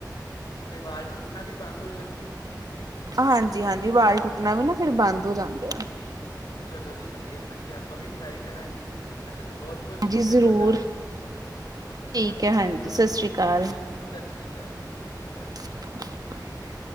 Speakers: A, on the left; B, on the right.
A: ਤੇ ਵਾਲ ਟੁੱਟਣਾ ਵੀ ਬੰਦ ਹੋ ਜਾਣਗੇ।
B: ਹਾਂਜੀ, ਹਾਂਜੀ ਵਾਲ ਟੁੱਟਣਾ ਵੀ ਨਾ ਫਿਰ ਬੰਦ ਹੋ ਜਾਂਦੇ ਆ।
A: ਚਲੋ ਜੀ ਵਧੀਆ ਫਿਰ ਤੇ ਆਪਾਂ ਵੀ ਟਰਾਈ ਕਰਾਂਗੇ, ਚਲੋ ਜੀ ਬਹੁਤ -ਬਹੁਤ ਸ਼ੁਕਰੀਆ
B: ਜੀ ਜ਼ਰੂਰ
A: ਤੁਹਾਡਾ।
B: ਠੀਕ
A: ਹਾਂਜੀ
B: ਹੈ
A: ਚਲੋ
B: ਸਤਿ ਸ਼੍ਰੀ ਅਕਾਲ
A: ਜੀ ਹਾਂਜੀ, ਸਤਿ ਸ੍ਰੀ ਅਕਾਲ ਜੀ, ਸਤਿ ਸ੍ਰੀ ਅਕਾਲ।
B: <unintelligible>